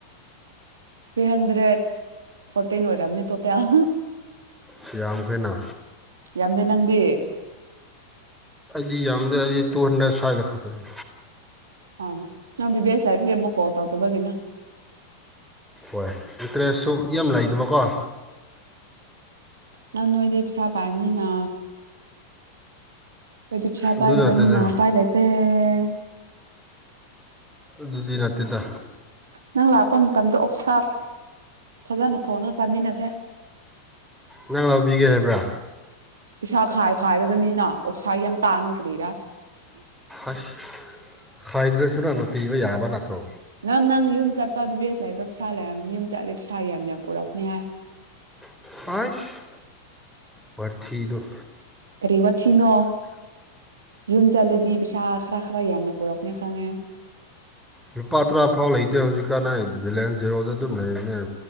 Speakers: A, on the right; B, in the centre.
A: ꯊ꯭ꯔꯤ ꯍꯟꯗ꯭ꯔꯦꯠ ꯐꯣꯔꯇꯤꯟ ꯑꯣꯏꯔꯝꯅꯤ ꯇꯣꯇꯦꯜ
B: ꯁꯤ ꯌꯥꯝꯈ‌ꯦ꯭ꯔ ꯅ
A: ꯌꯥꯝꯗ‌ꯦꯅꯪꯗꯤ
B: ꯗꯤ ꯌꯥꯝꯗꯦ ꯍꯥꯏꯗꯤ ꯇꯨ ꯍꯟꯗ꯭ꯔꯦꯠ ꯁ꯭ꯋꯥꯏꯗ ꯈꯛꯇꯪ
A: ꯑꯝ ꯅꯪꯕꯤ ꯕꯦꯁ ꯂꯥꯏꯐꯒꯦ ꯑꯃꯨꯛ ꯀꯣꯜ ꯇꯥꯎ ꯇꯕꯒꯤꯅꯤ
B: ꯍꯣꯏ ꯑꯦꯇ꯭ꯔꯦꯁꯁꯨ ꯌꯥꯝ ꯂꯩꯗꯕꯀꯣ
A: ꯅꯪ ꯅꯣꯏꯗꯤ ꯄ ꯁꯥꯥ ꯄꯥꯏꯝꯅꯤ ꯅ ꯀꯣꯏꯗꯤ ꯆꯥ
B: ꯑꯗꯨ
A: ꯄꯥꯏꯂꯕꯅꯤꯅ
B: ꯅꯠꯇꯦꯗ
A: ꯄꯥꯏꯂꯠꯇꯦ ꯑꯦ
B: ꯑꯗꯨꯗꯤ ꯅꯠꯇꯦꯗ
A: ꯅꯪ ꯂꯥꯛꯄ ꯃꯇꯝꯗ ꯑꯣꯛꯁꯥꯞ ꯐꯖꯅ ꯊꯣꯡꯉꯒ ꯆꯥꯃꯤꯟꯅꯁꯦ
B: ꯅꯪ ꯂꯥꯎꯕꯤꯒꯦ ꯍꯥꯏꯕ꯭ꯔꯥ
A: ꯄꯩꯁꯥ ꯈꯥꯏ ꯈꯥꯏꯔꯒꯅꯤꯅ ꯑꯣꯛꯁꯥ ꯌꯥꯝ ꯇꯥꯡꯉꯦ ꯀꯔꯤꯔꯥ
B: ꯑꯁ ꯈꯥꯏꯗ꯭ꯔꯁꯨ ꯅꯪꯅ ꯄꯤꯕ ꯌꯥꯕ ꯅꯠꯇ꯭ꯔꯣ
A: ꯅꯪ ꯅꯪ ꯌꯨꯝ ꯆꯠꯄ ꯕꯦꯁ ꯂꯩꯕ ꯄꯩꯁꯥ ꯂꯩꯔꯝꯅꯤ ꯌꯨꯝ ꯆꯠꯂ ꯄꯩꯁꯥ ꯌꯥꯝ ꯌꯥꯝ ꯄꯨꯔꯄꯅꯤ ꯍꯥꯏ
B: ꯐꯏꯁ ꯋꯥꯊꯤꯗ‌ꯣ
A: ꯀꯔꯤ ꯋꯥꯊꯤꯅꯣ ꯌꯨꯝ ꯆꯠꯂꯗꯤ ꯄꯩꯁꯥ ꯈꯔ ꯈꯔ ꯌꯥꯝꯅ ꯄꯨꯔꯛꯅꯦ ꯈꯪꯉꯦ
B: ꯂꯨꯄꯥ ꯇꯔꯥ ꯐꯥꯎ ꯂꯩꯇꯦ ꯍꯧꯖꯤꯛꯀꯥꯟ ꯑꯩ ꯕꯥꯂꯦꯟꯁ ꯖꯦꯔꯣꯗ ꯑꯗꯨꯝ ꯂꯩꯔꯅꯦ